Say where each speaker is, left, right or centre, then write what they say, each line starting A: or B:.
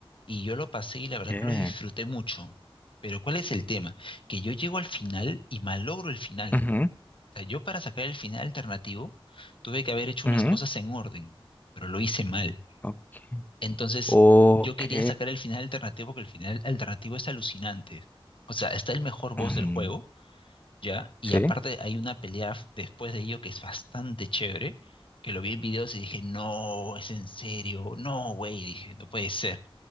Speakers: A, on the left; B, on the left.
A: Y yo lo pasé y la verdad
B: ¿Qué?
A: que lo disfruté mucho. Pero ¿cuál es el tema? Que yo llego al final y malogro el final
B: ujú,
A: sea, yo para sacar el final alternativo tuve que haber hecho
B: ujú,
A: unas cosas en orden, pero lo hice mal.
B: Ok.
A: Entonces,
B: Ok.
A: yo quería sacar el final alternativo porque el final alternativo es alucinante. O sea, está el mejor boss
B: ujú,
A: del juego, ¿ya? Y
B: Sí.
A: aparte hay una pelea f- después de ello que es bastante chévere, que lo vi en videos y dije, no, es en serio, no, güey, dije, no puede ser.